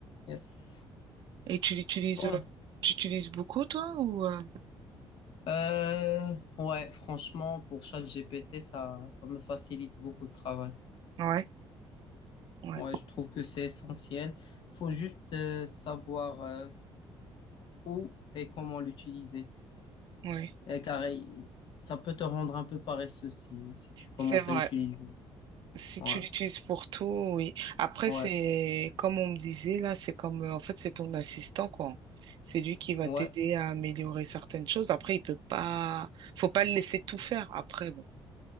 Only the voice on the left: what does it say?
Yes.
Bon.
Euh, ouais, franchement, pour ChatGPT, ça, ça me facilite beaucoup de travail.
Ouais, je trouve que c'est essentiel. Faut juste euh, savoir euh, où et comment l'utiliser.
Euh, car il- ça peut te rendre un peu paresseux si, si tu commences
à l'utiliser.
Ouais,
ouais,
ouais,